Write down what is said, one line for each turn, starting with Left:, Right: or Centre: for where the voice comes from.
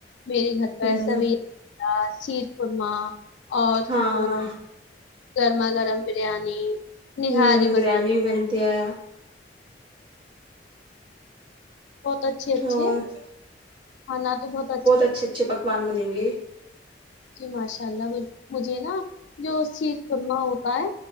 Left: میرے گھر پہ
Right: ہ
Left: ایسا بھی سیر قورما اور
Right: ہاں
Left: جو گرما گرم بریانی نہاری
Right: ہوں
Left: وغیرہ
Right: بریانی بنتیی ہے
Left: بہت اچھی اچھی
Right: اور ہ
Left: ہانا تو بہت اچھا
Right: اچھے اچھے پکوان بنیں گے
Left: جی ماشاء اللہ بالکل مجھے نا جو سیر خور ما ہوتا ہے